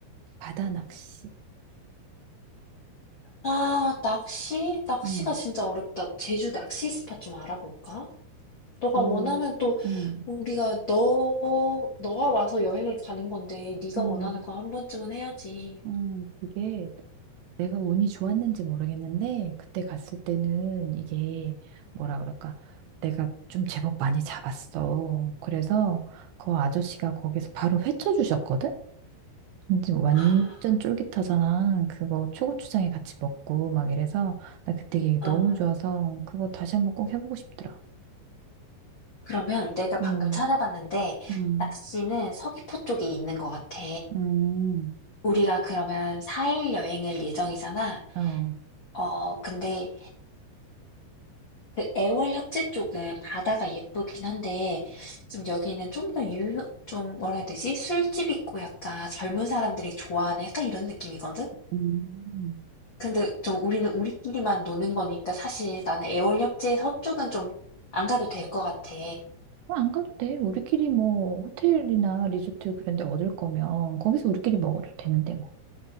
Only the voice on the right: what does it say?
바다 낚시.
응.
그,
음,
음,
음, 그게 내가 운이 좋았는지 모르겠는데, 그때 갔을 때는 이게 뭐라 그럴까. 내가 좀 제법 많이 잡았어. 그래서 그 아저씨가 거기서 바로 회쳐 주셨거든? 근데 완전
쫄깃하잖아. 그거 초고추장에 같이 먹고 막 이래서 나 그때 이게
너무 좋아서 그거 다시 한번 꼭 해보고 싶더라.
음,
음,
음,
어,
음.
아, 안 가도 돼. 우리끼리 뭐 호텔이나 리조트 그런 데 얻을 거면 거기서 우리끼리 먹어도 되는데 뭐.